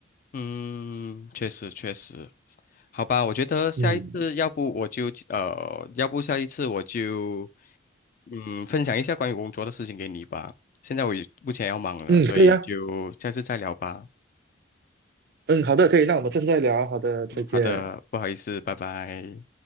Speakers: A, on the left; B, on the right.
A: 嗯，确实确实，好吧，我觉得下一次要不我就呃，
B: 嗯
A: 要不下一次我就嗯分享一下关于工作的事情给你吧。现在我也目前要忙了，
B: 嗯，
A: 所以就下次再聊吧。
B: 可以啊，嗯，好的，可以，那我们下次再聊，好的，再见。
A: 嗯，好的，不好意思，拜拜。